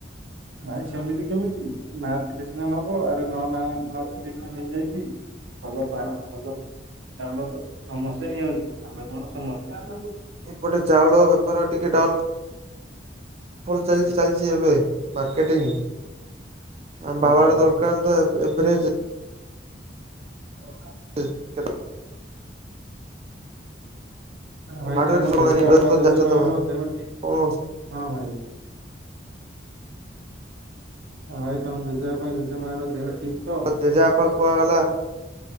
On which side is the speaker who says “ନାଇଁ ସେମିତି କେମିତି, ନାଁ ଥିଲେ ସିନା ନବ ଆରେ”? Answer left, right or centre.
Right